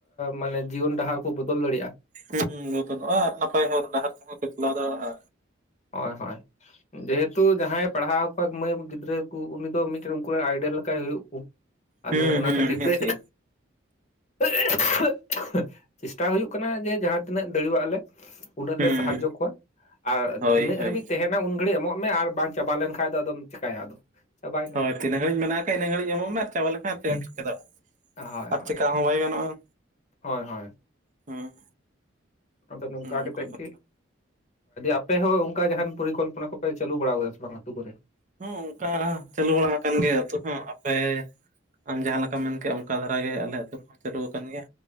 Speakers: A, on the left; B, on the right.
A: ᱢᱟᱱᱮ ᱡᱤᱭᱚᱱ ᱰᱟᱦᱟᱨ ᱠᱚ ᱵᱚᱫᱚᱞ ᱫᱟᱲᱮᱭᱟᱜᱼᱟ
B: ᱦᱩᱸ ᱵᱚᱫᱚᱞ ᱚᱜᱼᱟ ᱟᱨ ᱱᱟᱯᱟᱭ ᱦᱚᱨ ᱰᱟᱦᱟᱨ ᱛᱮᱦᱚᱸ ᱯᱮ ᱪᱟᱞᱟᱣ ᱫᱟᱲᱮᱭᱟᱜ ᱟ
A: ᱦᱳᱭ ᱦᱳᱭ ᱡᱮᱦᱮᱛᱩ ᱡᱟᱦᱟᱸᱭ ᱯᱟᱦᱟᱣ ᱠᱚᱣᱟ ᱢᱟᱹᱭ ᱜᱤᱫᱽᱨᱟᱹ ᱠᱚ ᱩᱱᱤ ᱫᱚ ᱢᱤᱫᱴᱮᱱ ᱩᱱᱠᱩᱮᱱ ᱟᱭᱰᱮᱞ ᱞᱮᱠᱟᱭ ᱦᱩᱭᱩᱜ ᱠᱩ ᱟᱫᱚ
B: ᱦᱩᱸ
A: ᱚᱱᱟ
B: ᱦᱩᱸ
A: ᱠᱷᱟᱹᱛᱤᱨ
B: ᱱᱤᱦᱟᱹᱛᱤ
A: ᱛᱮ <unintelligible> ᱪᱮᱥᱴᱟ ᱦᱩᱭᱩᱜ ᱠᱟᱱᱟ ᱡᱮ ᱡᱟᱦᱟᱸ ᱛᱤᱱᱟᱹᱜ ᱫᱟᱲᱮᱭᱟᱜ ᱞᱮ ᱩᱱᱟᱹᱜ
B: ᱦᱩᱸ
A: ᱞᱮ ᱥᱟᱦᱟᱡᱡᱚ ᱠᱚᱣᱟ ᱟᱨ
B: ᱦᱳᱭ
A: ᱛᱤᱱᱟᱹᱜ
B: ᱦᱳᱭ
A: ᱦᱟᱹᱵᱤᱡ ᱛᱟᱦᱮᱸᱱᱟ ᱩᱱ ᱜᱷᱟᱹᱲᱤᱡ ᱮᱢᱚᱜ ᱢᱮ ᱟᱨ ᱵᱟᱝ ᱪᱟᱵᱟ ᱞᱮᱱᱠᱷᱟᱱ ᱫᱚ ᱟᱫᱚᱢ ᱪᱮᱠᱟᱭᱟ ᱟᱫᱚ ᱪᱟᱵᱟᱭᱮᱱᱟ
B: ᱦᱳᱭ ᱛᱤᱱᱟᱜ ᱦᱟᱵᱤᱡ ᱢᱮᱱᱟᱜ ᱠᱟᱫᱟ ᱤᱱᱟᱹ ᱜᱟᱹᱲᱤᱡ ᱮᱢᱚᱜ ᱢᱮ ᱟᱨ ᱪᱟᱵᱟ ᱞᱮᱠᱷᱟᱱ ᱪᱮᱫ ᱮᱢ ᱪᱮᱠᱟᱫᱟᱲᱮᱭᱟᱜ
A: ᱦᱳᱭ
B: ᱟᱨ
A: ᱦᱳᱭ
B: ᱪᱮᱠᱟ ᱦᱚᱸ ᱵᱟᱭ ᱜᱟᱱᱚᱜᱼᱟ
A: ᱦᱳᱭ ᱦᱳᱭ
B: ᱦᱩᱸ
A: ᱟᱫᱚ ᱱᱚᱝᱠᱟ ᱠᱟᱛᱮ
B: ᱚᱱᱠᱟ ᱠᱟᱛᱷᱟ
A: ᱜᱮ ᱟᱯᱮ ᱦᱚᱸ ᱚᱱᱠᱟ ᱡᱟᱦᱟᱱ ᱯᱚᱨᱤᱠᱚᱞᱯᱚ ᱠᱚᱯᱮ ᱪᱟᱹᱞᱩ ᱵᱟᱲᱟ ᱟᱠᱟᱫᱟ ᱥᱮ ᱵᱟᱝ ᱟᱹᱛᱩ ᱠᱚᱨᱮ?
B: ᱦᱚᱸ ᱚᱱᱠᱟ ᱪᱟᱹᱞᱩ ᱵᱟᱲᱟ ᱟᱠᱟᱱ ᱜᱮᱭᱟ ᱟᱛᱩ ᱦᱚᱸ ᱟᱯᱮ ᱟᱢ ᱡᱟᱦᱟᱸ ᱞᱮᱠᱟᱢ ᱢᱮᱱᱠᱮᱜᱼᱟ ᱚᱱᱠᱟ ᱫᱷᱟᱨᱟ ᱜᱮ ᱟᱞᱮ ᱟᱹᱛᱩ ᱨᱮ ᱦᱚᱸ ᱪᱟᱹᱞᱩ ᱟᱠᱟᱱ ᱜᱮᱭᱟ